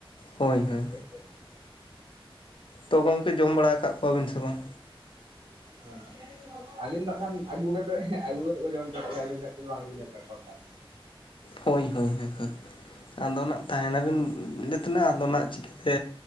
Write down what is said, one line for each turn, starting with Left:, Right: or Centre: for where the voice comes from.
Left: ᱦᱳᱭ ᱦᱳᱭ
Right: ᱟᱪᱪᱷᱟ ᱟᱪᱪᱷᱟ ᱟᱪᱪᱷᱟ᱾
Left: ᱛᱚ ᱜᱚᱢᱠᱮ ᱡᱚᱢ ᱵᱟᱲᱟ ᱟᱠᱟᱫ ᱠᱚᱣᱟᱵᱤᱱ ᱥᱮ ᱵᱟᱝ?
Right: ᱦᱮᱸ, ᱟᱹᱞᱤᱧ ᱫᱚ ᱠᱷᱟᱱ ᱟᱹᱜᱩ ᱠᱟᱛᱮᱫ ᱟᱹᱜᱩ ᱠᱟᱛᱮᱫ ᱠᱚ ᱡᱚᱢ ᱦᱚᱪᱚ ᱠᱟᱜ ᱞᱮᱭᱟ ᱟᱹᱞᱤᱧ ᱛᱮᱫ ᱫᱚ ᱵᱟᱝᱞᱤᱧ ᱧᱮᱞ ᱠᱟᱜ ᱠᱚᱣᱟ ᱟᱠᱷᱟᱱ᱾
Left: ᱦᱳᱭ ᱦᱳᱭ ᱦᱳᱭ᱾ ᱟᱫᱚ ᱱᱟᱜ ᱛᱟᱦᱮᱱᱟᱵᱤᱱ ᱛᱮᱱᱟᱜ ᱟᱫᱚ ᱪᱤᱠᱟᱹᱛᱮ